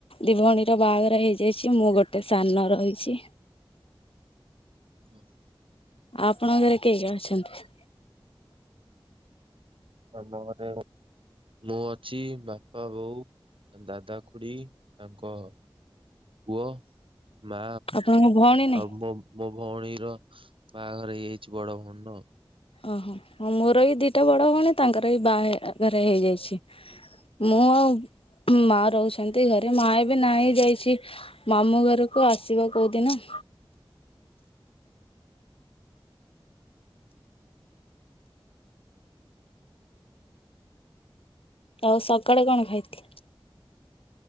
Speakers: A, on the left (about 85°); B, on the right (about 70°).
A: ଦିଭଉଣୀର ବାହାଘର ହେଇଯାଇଛି ମୁଁ ଗୋଟେ ସାନ ରହିଛି।
B: ଓ।
A: ଆପଣଙ୍କ ଘରେ କେହି ଜଣ ଅଛନ୍ତି?
B: ଆମ ଘରେ ମୁଁ ଅଛି ବାପା ବୋଉ ଦାଦା ଖୁଡ଼ି ତାଙ୍କ ପୁଅ ମା
A: ଆପଣଙ୍କ ଭଉଣୀ ନାଇଁ
B: ଆଉ ମୋ ମୋ ଭଉଣୀର ବାହାଘର ହେଇଯାଇଛି ବଡ ଭଉଣୀର ଆଉ।
A: ଓହୋ ମୋର ବି ଦିଟା ବଡ ଭଉଣୀ ତାଙ୍କର ବି ବାହା ଘର ହେଇଯାଇଛି। ମୁଁ ଆଉ ମା ରହୁଛନ୍ତି ଘରେ ମା ଏବେ ନା ହେଇ ଯାଇଛି ମାମୁଁ ଘରକୁ ଆସିବ କୋଉଦିନ? ଆଉ ସକାଳେ କଣ ଖାଇଥିଲି?